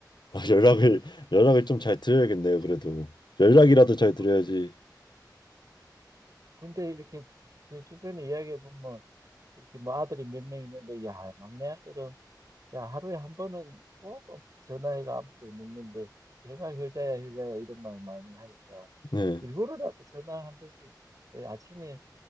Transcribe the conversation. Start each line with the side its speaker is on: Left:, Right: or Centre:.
Left: 아, 연락을
Right: 네.
Left: 연락을 좀 잘 드려야겠네요. 그래도 연락이라도 잘 드려야지.
Right: 아, 근데 이렇게 제 주변에 이야기해 보면 이렇게 뭐 아들이 몇 명 있는데 야 막내 아들은 야 하루에 한 번은 꼭 전화해가 안부를 묻는데 걔가 효자야 효자야 이런 말 많이 하니까
Left: 네,
Right: 일부러라도 전화 한 번씩 예, 아침에